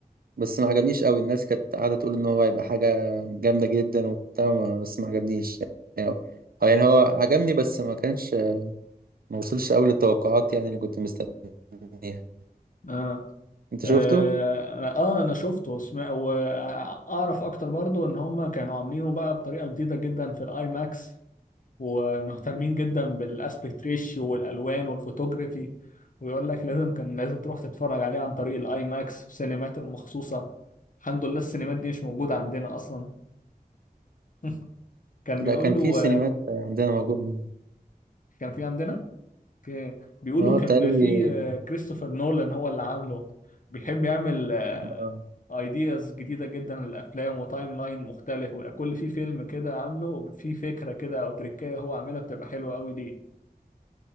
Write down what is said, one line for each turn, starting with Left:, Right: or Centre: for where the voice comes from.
Right: بس ما عجبنيش قوي الناس كانت قاعدة تقول ان هو هيبقى حاجة جامدة جدا وبتاع وما- بس ما عجبنيش يعني هو أو يعني هو عجبني بس ما كانش ما وصلش قوي للتوقعات يعني اللي كنت مستنيها
Left: آه.
Right: انت
Left: آه.
Right: شفته؟
Left: آه أنا شفته وسمع وأعرف أكتر برضو إن هما كانوا عاملينه بقى بطريقة جديدة جدا في الآي ماكس ومهتمين جدا بالاسبكت ريشيو والالوان والفوتوجرافي ويقول لك لازم كان لازم تروح تتفرج عليه عن طريق الاي ماكس في سينمات المخصوصه الحمد لله السينمات دي مش موجوده عندنا اصلا <laughs> كان
Right: ده
Left: بيقول
Right: كان
Left: له
Right: في سينمات عندنا موجودة
Left: كان في عندنا ك- بيقولوا
Right: اه
Left: كان
Right: بتهيألي
Left: في آه، كريستوفر نولان هو اللي عامله بيحب يعمل
Right: اه
Left: ايدياز جديدة جدا للأفلام وتايم لاين مختلف ويبقى كل في فيلم كده عامله في فكرة كده أو تريكاية هو عاملها بتبقى حلوة أوي ليه